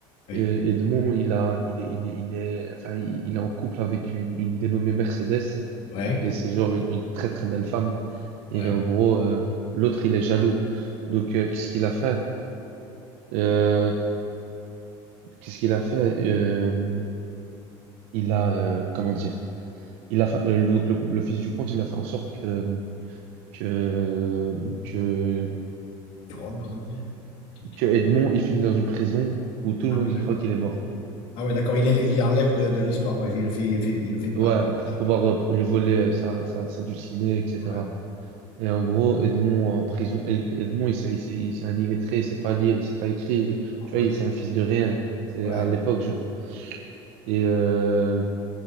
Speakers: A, on the left; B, on the right.
A: ouais,
B: Et, Edmond il a, il est, il est, il est, enfin, il, il est en couple avec une, une dénommée Mercedes.
A: ouais,
B: Et c'est genre une, une très très belle femme. Et
A: ouais.
B: en gros, euh, l'autre, il est jaloux. Donc, euh, qu'est-ce qu'il a fait? Euh, qu'est-ce qu'il a fait? Euh, il a, euh, comment dire? Il a, fa- euh, le- donc le, le fils du comte, il a fait en sorte que, que, que,
A: Il rentre pas comme ça. Qui- qui-
B: que Edmond, il finit dans une prison où tout le
A: Ah
B: monde
A: oui, d'accord.
B: y croit qu'il est mort.
A: Ah ouais, d'accord, il, est- il enlève de, de l'histoire, quoi. Il le fait, il le fait, il le fait pas.
B: Ouais, pour
A: D'accord.
B: pouvoir euh, lui voler euh, sa, sa, sa dulcinée, etc.
A: Ouais,
B: Et en gros, Edmond en prison, et- Edmond, il s'est il s'est- il s'est un illettré, il sait pas lire, il sait pas écrire, il- est- tu
A: ouais,
B: vois, il c'est un fils de rien, c'est
A: ouais,
B: à l'époque, genre. Et euh,